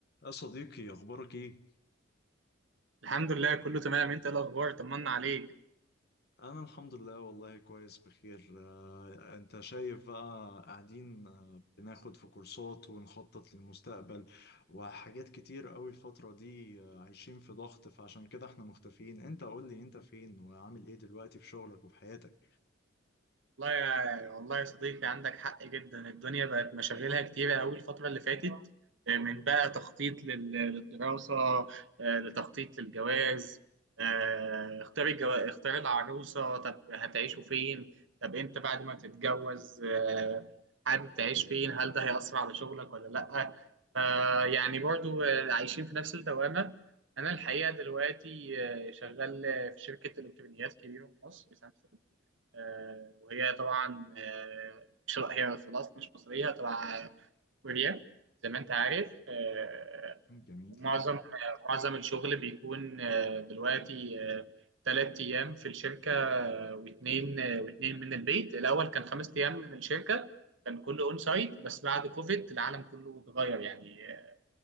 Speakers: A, on the left; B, on the right.
A: يا صديقي أخبارك إيه؟
B: الحمد لله كله تمام انت ايه الاخبار طمنا عليك
A: أنا الحمد لله والله كويس بخير آه، أنت شايف بقى قاعدين آه، بناخد في كورسات ونخطط للمستقبل وحاجات كتير أوي الفترة دي آه، عايشين في ضغط فعشان كده إحنا مختفيين أنت قول لي أنت فين وعامل إيه دلوقتي في شغلك وفي حياتك؟
B: والله يا والله يا صديقي عندك حق جدا الدنيا بقت مشاغلها كتيرة أوي الفترة اللي فاتت آه، من بقى تخطيط لل- للدراسة آه، لتخطيط للجواز آه، اختار الجو... اختار العروسة طب هتعيشوا فين طب أنت بعد ما تتجوز آه، حابب تعيش فين هل ده هيأثر على شغلك ولا لأ آه، يعني برضو آه، عايشين في نفس الدوامة أنا الحقيقة دلوقتي آه، شغال آه، في شركة إلكترونيات كبيرة في مصر سامسونج آه، وهي طبعا آه، مش هي في الأصل مش مصرية تبع كوريا زي ما أنت عارف آه،
A: جميل
B: ومعظم آه، معظم الشغل بيكون آه، دلوقتي آه، تلات أيام في الشركة آه، واتنين آه، واتنين من البيت الأول كان خمس أيام من الشركة كان كله أون سايت بس بعد كوفيد العالم كله اتغير يعني آه،